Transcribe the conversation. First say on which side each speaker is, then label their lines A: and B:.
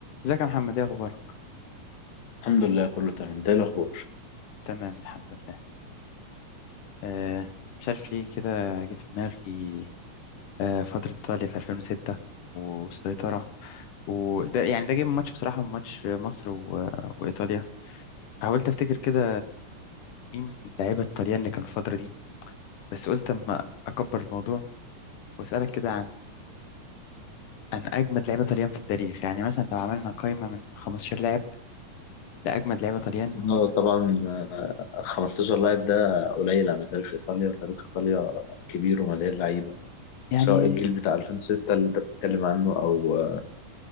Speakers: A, on the left; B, on the left.
A: ازيك يا محمد ايه اخبارك
B: الحمد لله كله تمام ده الاخبار
A: تمام الحمد لله آه مش عارف ليه كده جه في دماغي آه فترة ايطاليا في 2006 والسيطرة وده يعني ده جه من ماتش بصراحة من ماتش مصر و... وايطاليا حاولت افتكر كده مين لعيبة الطليان اللي كانوا في الفترة دي بس قلت اما اكبر الموضوع واسألك كده عن عن اجمد لعيبة طليان في التاريخ يعني مثلا لو عملنا قائمة من 15 لاعب لاجمد لعيبة طليان مين-
B: اه طبعا آه، 15 لاعب ده قليل على تاريخ ايطاليا تاريخ ايطاليا كبير ومليان لعيبه
A: يعني
B: سواء الجيل بتاع 2006 اللي انت بتتكلم عنه او آه،